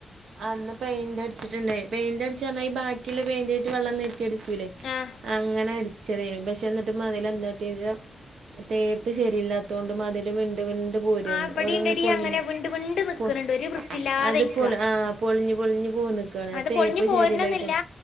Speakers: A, on the right; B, on the left.
A: അന്ന് പെയിന്റ് അടിച്ചിട്ടുണ്ടയി പെയിന്റ്ടച്ച്ൽ ബാക്കിുള്ള പെയിന്റ് ആയിട്ട് വെള്ളം ല്ലേ
B: ആഹ്
A: അങ്ങനെ ചതേനി പക്ഷെ എന്നിട്ട് മതിൽ എന്താ കാട്ടിയെച്ചാൽ തേപ്പ് ശരിയില്ലാത്തത് കൊണ്ട് മതിൽ വിണ്ട് പോരാണ്
B: ആ ഇവിടീണ്ടടി
A: ഓരോങ്ങനെ പൊളിഞ്ഞ്
B: അങ്ങനെ വിണ്ട് വിണ്ട് നിക്കനിണ്ട്
A: പൊ
B: ഒരു വൃത്തിയില്ലാതെ
A: അത്
B: നിക്ക
A: പൊളി ആ പൊളിഞ്ഞ് പൊളിഞ്ഞ് പോന്ന്ക്കാണ് ആ
B: അത്
A: തേപ്പ്
B: പൊളിഞ്ഞഞ് പോരണെന്നില്ല
A: ശരില്ലായിട്ട്